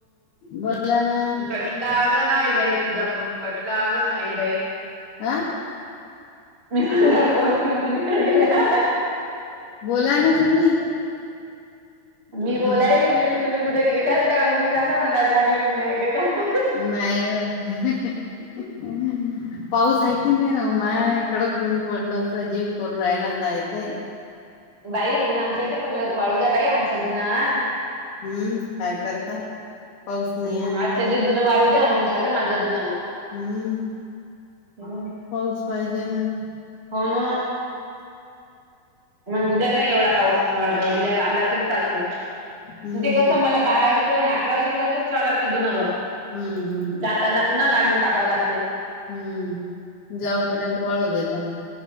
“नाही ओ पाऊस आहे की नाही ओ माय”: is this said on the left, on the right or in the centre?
Left